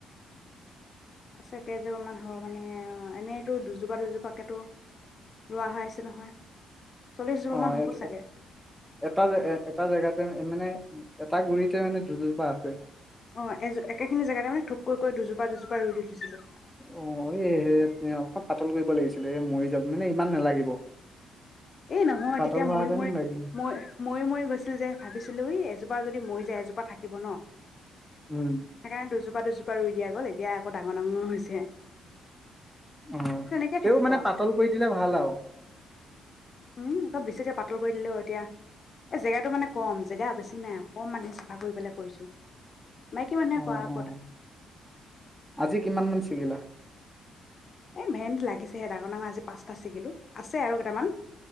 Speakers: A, on the left (about 45°); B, in the centre.
A: আছে কেইজোপা মান হ'ব মানে এনেইতো দুজোপা দুজোপাকেটো ৰোৱা হৈ আছে নহয়। চল্লিশ জোপা
B: অ
A: মান হ'ব
B: এ
A: চাগে
B: এটা এটা জেগাতে মানে। এটা গুৰিতে মানে দুজোপা আছে।
A: অ এ একেখিনি জেগাতে মানে থোপকৈ কৈ দুজোপা দুজোপা ৰুই দিছিলো।
B: অ এই সে অকণ পাতল কৰিব লাগিছিলে, এ মৰি যাম মানে ইমান নালাগিব।
A: এ নহয়
B: পাতল
A: তেতিয়া
B: হোৱাহেতেন
A: মৰি মৰি
B: লাগিল,
A: ম মৰি মৰি গৈছিল যে ভাবিছিলো ই এজোপা যদি মৰি যায় এজোপা থাকিব ন।
B: উম।
A: সেইকাৰণে দুজোপা দুজোপা দুজোপা ৰুই দিয়া গ'ল। এতিয়া আকৌ ডাঙৰ ডাঙৰ হৈছে।
B: আহ
A: তেনেকে
B: তেওঁ
A: থাকিব
B: মানে
A: আৰু।
B: পাতল কৰি দিলে ভাল আৰু।
A: উম অলপ বেছিকে পাতল কৰি দিলোও এতিয়া এই জেগাটো মানে কম জেগা বেছি নাই অকণমানহে আগুৰি পেলাই কৰিছো। মাইকী মানুহে
B: অ',
A: কোৱা আকৌ
B: অ'। আজি কিমান মান ছিগিলা?
A: এই ভেন্দ লাগিছেহে ডাঙৰ ডাঙৰ আজি পাঁচটা চিঙিলোঁ আছে আৰু কেইটামান।